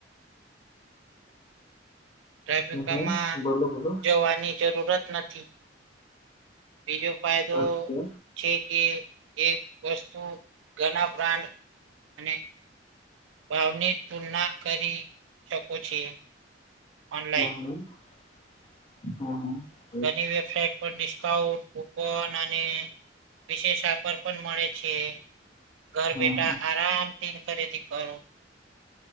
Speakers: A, on the right; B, on the left.
A: ટ્રાફિકમાં
B: હમ બોલો બોલો
A: જવાની જરૂરત નથી. બીજો ફાયદો
B: ઓકે
A: છે કે એક વસ્તુ ઘના બ્રાન્ડ અને ભાવની તુલના કરી શકો છે. ઓનલાઈન
B: હમ્મ-હમ્મ-હમ્મ-હમ્મ.
A: ઘણી વેબસાઇટ પર ડિસ્કાઉન્ટ, કુપન અને વિશેષ ઓફર પણ મળે છ. છે, ઘર
B: હમ
A: બેટા આરામથી ખરીદી કરો.